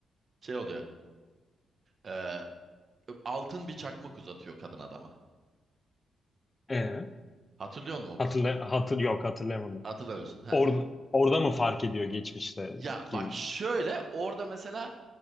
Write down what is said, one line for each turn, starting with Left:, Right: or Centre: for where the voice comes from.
Right: şey oluyor. Ee, altın bir çakmak uzatıyor kadın adama.
Left: Ee,
Right: Hatırlıyor musun o kısmını?
Left: hatırla hatır yok hatırlamadım.
Right: Hatırlamıyorsun. Ha.
Left: Orada orada mı fark ediyor geçmişteki
Right: Ya bak şöyle orada mesela